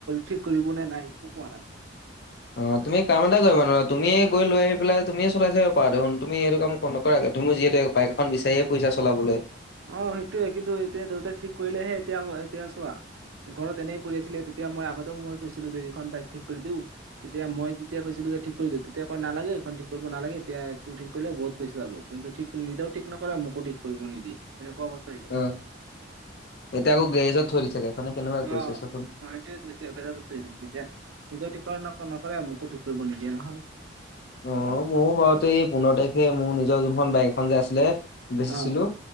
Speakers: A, on the right (about 75°); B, on the left (about 50°).
A: ঠিক কৰিব নে নাই একো কোৱা নাই।
B: অ' তুমি কাম এটা কৰিবা নহ'লে, তুমিয়ে গৈ লৈ আহি পেলাই তুমিয়ে চলাই থাকিব পাৰা দেখোন। তুমি এইটো কাম নকৰা কিয়। তুমি যিহেতু বাইক এখন বিচাৰিয়ে ফুৰিচা চলাবলৈ।
A: অ' সেইটোয়ে কিন্তু এতিয়া দেউতাই ঠিক কৰিলেহে এতিয়া মই এতিয়া চোৱা। ঘৰত এনেই পৰি আছিলে। তেতিয়া মই আগতেও মই কৈছিলোঁ যে এইখন বাইক ঠিক কৰি দিওঁ। তেতিয়া মই যেতিয়া কৈছিলোঁ যে, ঠিক কৰি দিওঁ। তেতিয়া কয় নালাগে, এইখন ঠিক কৰিব নালাগে। এতিয়া তুমি ঠিক কৰিলে বহুত পইচা যাব। কিন্তু ঠিক নিজেও ঠিক নকৰে আৰু মোকো ঠিক কৰিব নিদিয়ে তেনেকুৱা অৱস্থা। হৈ গ'ল
B: অ'এতিয়া আকৌ গ্ৰেজত থৈ দিছে গাড়ীখনে কেনেকুৱা
A: অ
B: কৰিছে চোৱাচোন।
A: অ এতিয়া নিজে গেৰেজত থৈ দিছে। এতিয়া নিজেও ঠিক নক নকৰে। মোকো ঠিক কৰিব নিদিয়ে নহয়।
B: অ' ময়ো বাৰুতে এই পোন্ধৰ তাৰিখে, মোৰ নিজৰ যোনখন বাইক এখন যে আছিলে। বেচিছিলো।
A: অ